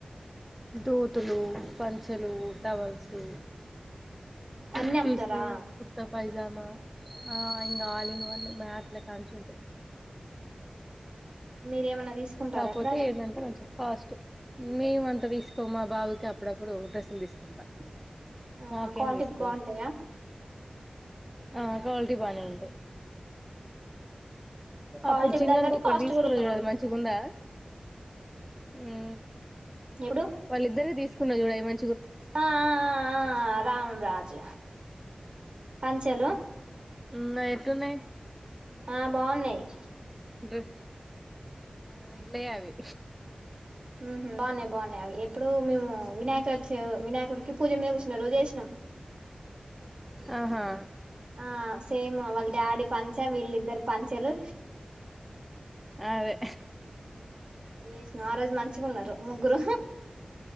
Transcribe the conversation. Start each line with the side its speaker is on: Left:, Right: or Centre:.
Centre: దొతులు పంచలు టవల్సు కుర్తీసు
Right: అన్ని అమ్ముతారా
Centre: కుర్తా పైజమా ఆ ఇంకా ఆల్ ఇన్ వన్ మేట్ల కాడ నుంచి ఉంటాయి
Right: మీరేమన్నా తీసుకుంటారా
Centre: కాకపోతే
Right: ఎప్పుడైనా
Centre: ఏంటంటే మంచిగ కాస్ట్ మేం అంత తీసుకోము మా బాబుకి అప్పుడప్పుడు డ్రెస్సులు తీసుకుంటా
Right: ఆహా
Centre: నాకేం
Right: క్వాలిటీ
Centre: తీసుకోను
Right: బావుంటాయా
Centre: ఆ క్వాలిటీ బానే ఉంటాయి
Right: క్వాలిటీ
Centre: అప్పుడు చిన్నోనికి
Right: తగ్గట్టు
Centre: ఒకటి
Right: కాస్ట్
Centre: తీసుకున్నావు
Right: కూడా
Centre: చూడు
Right: ఉంటది
Centre: అది మంచిగా ఉందా ఊ
Right: ఎప్పుడు
Centre: వాళ్ళిద్దరికీ తీసుకున్నా చూడు అయి మం
Right: ఆ ఆ ఆ ఆ ఆ రాంరాజ్ పంచెలు
Centre: ఇంగ ఎట్లునాయి
Right: ఆ బావున్నాయి
Centre: డ్రు ఆ ఈళ్ళవే అవి
Right: ఊహూ బావున్నాయి బావున్నాయి అవి ఎప్పుడో మేము వినాయక చవ్ వినాయకుడికి పూజ మీద సిన రోజు ఏసినం
Centre: ఆహా
Right: ఆ సేమ్ వాళ్ళ డాడీ పంచ వీళ్ళిద్దరూ పంచలు
Centre: అవే
Right: ఏసినా ఆ రోజు మంచిగున్నరు ముగ్గురూ